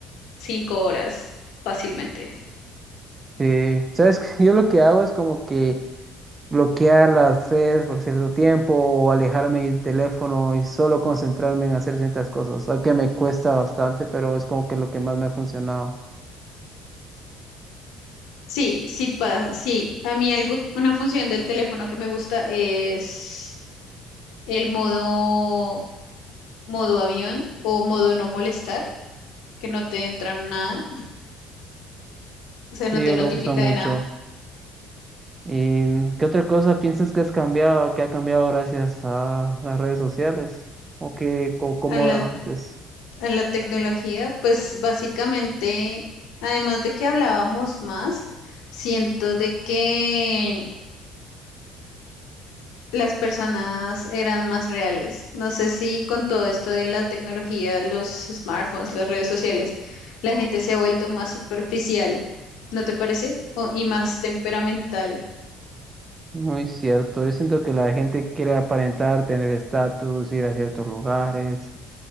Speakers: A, on the left; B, on the right.
A: cinco horas fácilmente.
B: Sí, sabes, que <laughs> yo lo que hago es como que bloquear las redes por cierto tiempo o alejarme del teléfono y solo concentrarme en hacer ciertas cosas, aunque me cuesta bastante, pero es como que lo que más me ha funcionado.
A: Sí, sí, pa, sí. A mí algo, una función del teléfono que me gusta es el modo, modo avión o modo no molestar, que no te entra nada, o sea, no
B: Sí,
A: te
B: yo
A: notifica
B: lo uso mucho.
A: de nada.
B: ¿Y qué otra cosa piensas que has cambiado, que ha cambiado gracias a las redes sociales? ¿O que, o cómo
A: A la,
B: era antes?
A: a la tecnología, pues básicamente, además de que hablábamos más, siento de que las personas eran más reales. No sé si con todo esto de la tecnología, los smartphones, las redes sociales, la gente se ha vuelto más superficial, ¿no te parece? O- y más temperamental.
B: Muy cierto. Yo siento que la gente quiere aparentar, tener estatus, ir a ciertos lugares.